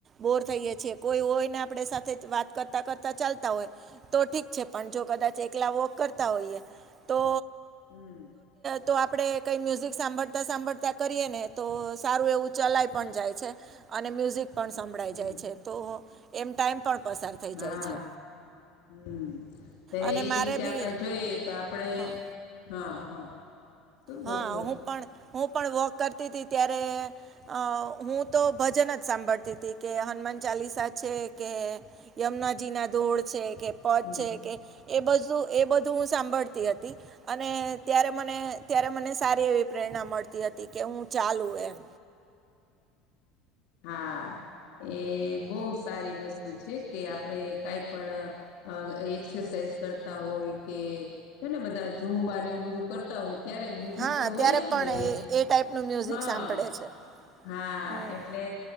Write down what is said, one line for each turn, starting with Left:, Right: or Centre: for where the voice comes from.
Right: બોર થઈએ છેીએ કોઈ હોય ને આપણે સાથે વાત કરતા કરતા ચાલતા હોય. તો ઠીક છે પણ જો કદાચ એકલા વોક કરતા હોઈએ તો
Left: હમ.
Right: તો આપડે કઈ મ્યુઝિક સાંભળતા સાંભળતા કરીએ ને તો સારું એવું ચલાય પણ જાય છે. અને મ્યુઝિક પણ સંભળાઈ
Left: હમ
Right: જાય છે તો એમ ટાઈમ પણ પસાર થઈ
Left: હા
Right: જાય છે.
Left: હમ એજ
Right: અને મારે
Left: રીતે
Right: બી
Left: આપણે જોઈએ તો આપડણે.
Right: હા
Left: હા હા
Right: હા
Left: બોલ બોલ
Right: હું પણ હું પણ વોક કરતી હતી ત્યારે અ હું તો ભજન જ સાંભળતી હતી કે હનુમાન ચાલીસા છે કે યમુનાજી ના દોડ છે કે પદ
Left: હમ
Right: છે કે એ બધું એ બધું હું સાંભળતી હતી અને ત્યારે મને ત્યારે મને સારી એવી પ્રેરણા મળતી હતી કે હું ચાલુ એમ
Left: હા એ બહુ સારી વસ્તુ છે કે આપણે કઈ પણ અ એક્સરસાાઈઝ કરતા હોય કે છે ને બધા ઝૂમબાને એવું બધું કરતા હોય ત્યારે મ્યુઝિક
Right: હા
Left: તો હોય
Right: ત્યારે
Left: જ
Right: પણ
Left: ને
Right: એ એ ટાઈપનું મ્યુઝિક
Left: હા
Right: સાંભળે છે
Left: હા
Right: હમ
Left: એટલે